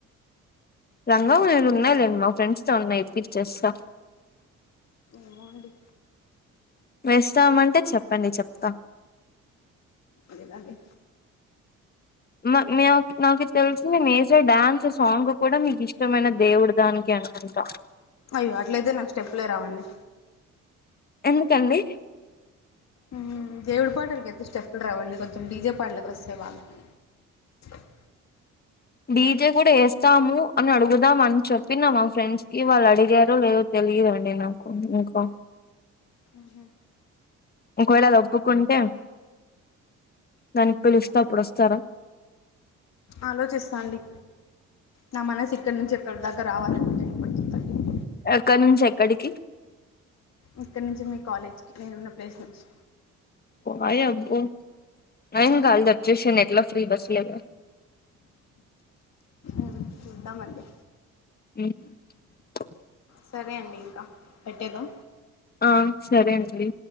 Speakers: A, on the left; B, on the left.
A: లంగాఓణిలున్నాయిలేండి మా ఫ్రెండ్స్ తానున్నయి ఇప్పిచేస్త.
B: ఏమో అండి
A: వేస్తామంటె చెప్పండి చెప్త.
B: అడగాలె.
A: మా మ్యాక్ నాకి తెలిసి ఏసే డ్యాన్స్ సాంగ్ కూడా మీకిష్టమైన దేవుడు దానికే ఇంకా
B: అయ్యో అట్లయితే నాకు స్టెప్లే రావండి.
A: ఎందుకండి.
B: మ్మ్ దేవుడి పాటలకయితే స్టెప్పుల్ రావండి కొంచెం డీజే పాటలకు ఒస్తయి బాగ. - <unintelligible>
A: డీజే కూడ యేస్తాము అని అడుగుదాం అని చెప్పినా మా ఫ్రెండ్స్ కి వాళ్ళడిగారో లేదొ తె తెలియదండి నాకు ఇంకా
B: ఉహూ
A: ఒకవేళ అదొప్పుకుంటే. దానికి పలుస్తె అప్పుడోస్తార.
B: ఆలోచిస్తా అండి. నా మనసిక్కడ నుంచి ఎక్కడ దాకా రావాలంటే టైం పడుతుంది కదండి.
A: ఎక్కడ నుంచి ఎక్కడికి.
B: ఇక్కడ నుంచి మీ కాలేజ్కి నేనున్న ప్లేస్ నుంచి.
A: ఓయబ్బొ ఏంకాదులె ఒచ్చేషెయండి ఎట్లా ఫ్రీ బస్సులేగా.
B: అ చూద్దామండి.
A: <unintelligible>
B: సరే అండి ఇంక పెట్టేదా.
A: ఆ సరే అండి.